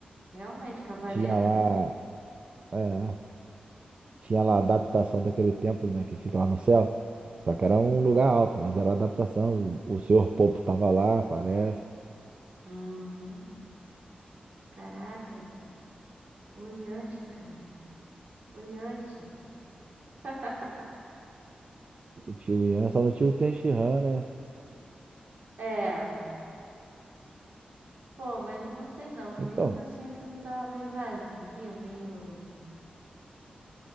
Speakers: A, on the right; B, on the right.
A: Realmente, Cavaleiros
B: Tinha lá.
A: não.
B: É. Tinha lá a adaptação daquele templo, né, que fica lá no céu. Só que
A: Uhum.
B: era um lugar alto, mas era adaptação. O, o Senhor Popo tava lá, parece.
A: Uhum. Caraca. O Yantia, cara. O Yantia. <laughs>
B: Esse tio Ian, só no tio Ten né?
A: É. Pô, mas não sei não. Mesmo
B: Então,
A: assim, o filme tava meio vazio, meio.